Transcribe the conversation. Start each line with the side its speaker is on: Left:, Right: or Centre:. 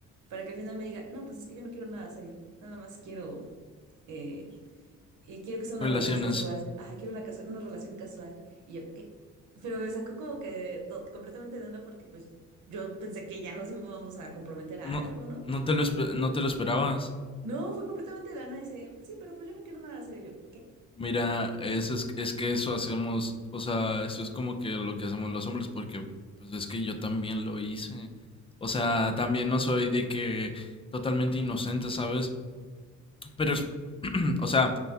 Right: Para que al final me diga, no, pues es que yo no quiero nada serio. Nada más quiero, eh, eh, quiero que sea una
Left: relaciones.
Right: relación casual. Ajá, quiero una, casu- una relación casual. Y yo, ¿qué? Pero me sacó como que to- completamente de onda porque pues yo pensé que ya nos íbamos a comprometer a
Left: No,
Right: algo, ¿no?
Left: no te lo, espe- no te lo esperabas.
Right: No, fue completamente de la nada. Dice, pues sí, pero pues yo no quiero nada hacer. Y yo, ¿qué?
Left: Mira,
Right: ¿Cómo?
Left: eso es, es que eso hacemos, o sea, eso es como que lo que hacemos los hombres, porque pues es que yo también lo hice. O sea, también no soy de que totalmente inocente, ¿sabes? Pero es, <clears throat> o sea,